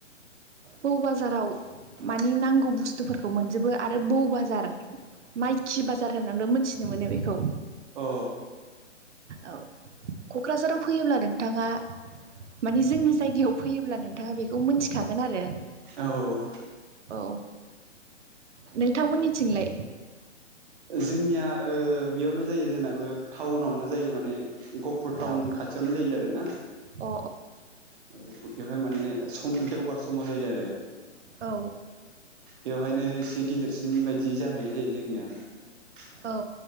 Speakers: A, on the right; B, on the right.
A: बौ बाजाराव मानि नांगौ बुस्थुफोरखौ मोनजोबो आरो बौ बाजार माइकि बाजार होननानैबो मोनथिनो मोनो बेखौ
B: अ
A: औ क'क्राझाराव फैयोब्ला नोंथाङा माने जोंनि जायगायाव फैयोब्ला नोंथाङा बेखौ मोनथिखागोन आरो
B: औ
A: औ नोंथांमोननिथिंलाय?
B: जोंनिया ओ बेयावनो जायो जोंनाबो टाउनावनो जायो माने गहपुर टाउन
A: अ
B: खाथियावनो जायो आरो ना
A: अ
B: औ । बेवहाय माने सम देवबार समाव जायो आरो ।
A: औ
B: बेवहायनो एसे गिदिरसिन बायदि जाहैनाय जायो जोंनिया ।
A: औ